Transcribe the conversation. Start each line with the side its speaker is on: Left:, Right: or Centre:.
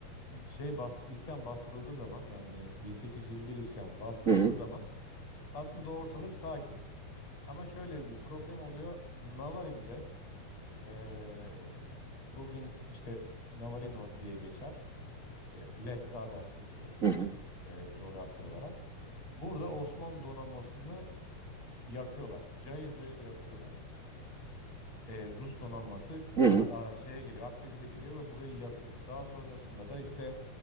Left: e, şey bas, isyan bastırıldığı zaman yani 1821 isyanı bastırıldığı
Right: Hı hı,
Left: zaman aslında ortalık sakin. Ama şöyle bir problem oluyor. Navarin'de eee, bugün işte Navarino diye geçer. Eee, Lefkada kısmı diyedir
Right: hı hı,
Left: eee, coğrafi olarak. Burada Osmanlı donanmasını yakıyorlar. Cayır cayır yakıyorlar. Eee, Rus donanması
Right: hı hı,
Left: ana, a- şeye geliyor, Akdeniz'e geliyor ve burayı yakıyor. Daha sonrasında da işte